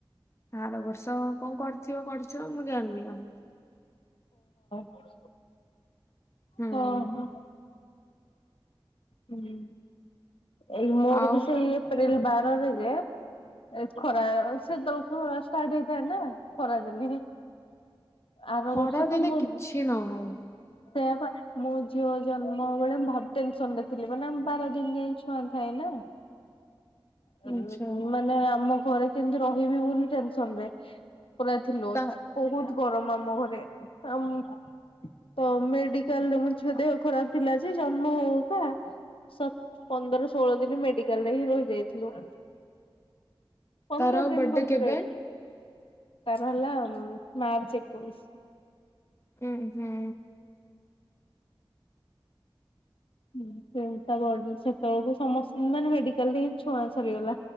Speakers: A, on the left (about 30°); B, on the left (about 80°).
A: ଆର ବର୍ଷ କଣ କର ତିବା ପଢ଼ୁଛ ମୁଁ ଜାଣିନି ଆ
B: <unintelligible>
A: ହୁଁ
B: ହଁ ହଁ। ହୁଁ। ଏଇ ମୋର
A: ଆଉ
B: ବିଷୟ ଏପ୍ରିଲ ବାର। ଖରାରେ ଯେ ଏ ଖରା ସେତେବେଳୁ ଖରା ଷ୍ଟାର୍ଟ ହେଇଥାଆନ୍ତା। ଖରା ଦିନେ ଆର
A: ଖରା
B: ବର୍ଷ
A: ଦିନେ
B: ତ ମୋ
A: କିଛି ନହଉ
B: ସେୟା ପା ମୋ ଝିଅ ଜନ୍ମ ବେଳେମ ଭାବ୍ ଟେନସନ୍ ରେ ଥିଲେ। ମାନେ ବାର ଦିନ ଯାଇ ଛୁଆଁ ଥାଏ ନା। ଅନ୍-ଅ
A: ଆଛା
B: ମାନେ ଆମ ଖରା କେମିତି ରହିବି ବୋଲି ଟେନସନରେ। ପୁରା ଥିଲୁତ୍
A: ତା
B: ବହୁତ ଗରମ ଆମ ଘରେ। ତମ୍ ତ ମେଡିକାଲରେ ମୋ ଝିଅ ଦେହ ଖରାପ ଥିଲା ଯେ ଜ ମୁଁ ପା ସତ୍ ପନ୍ଦର ଷୋହଳ ଦିନ ମେଡିକାଲ ରେ ହିଁ ରହିଯାଇଥିଲୁ। ପନ୍ଦର
A: ତାର
B: ଦିନ
A: ବର୍ଡେ
B: ଖଣ୍ଡେ
A: କେବେ?
B: ରହି ତାର ହେଲା ମାର୍ଚ୍ଚ ଏକୋଇଶ।
A: ହୁଁ ହୁଁ।
B: <unintelligible> ସେତେବେଳକୁ ସମସ୍ ମାନେ ମେଡିକାଲରେ ହିଁ ଛୁଆଁ ସରିଗଲା।